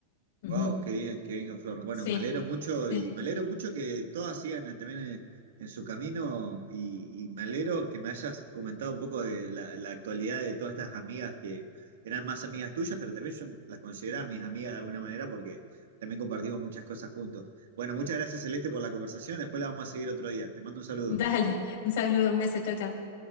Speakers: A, on the left; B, on the right.
A: Ujú.
B: Wow, qué bien, qué bien, Flor. Bueno,
A: Sí,
B: me alegro mucho
A: sí.
B: y me alegro mucho que todas sigan en- también en, en su camino y, y me alegro que me hayas comentado un poco de la, la actualidad de todas estas amigas que eran más amigas tuyas, pero también yo las consideraba mis amigas de alguna manera porque también compartimos muchas cosas juntos. Bueno, muchas gracias, Celeste, por la conversación. Después la vamos a seguir otro día. Te mando un saludo.
A: Dale, un saludo, un beso, chau, chau.